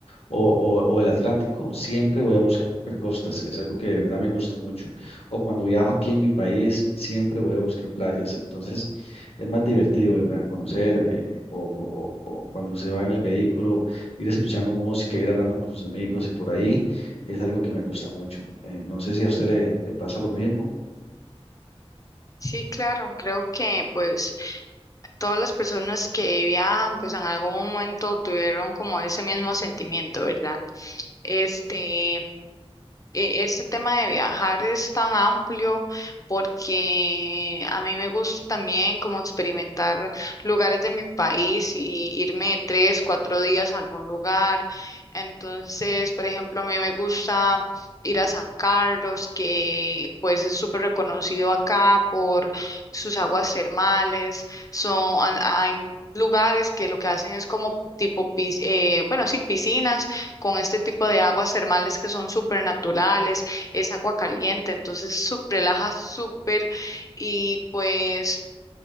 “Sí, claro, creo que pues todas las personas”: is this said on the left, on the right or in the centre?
Left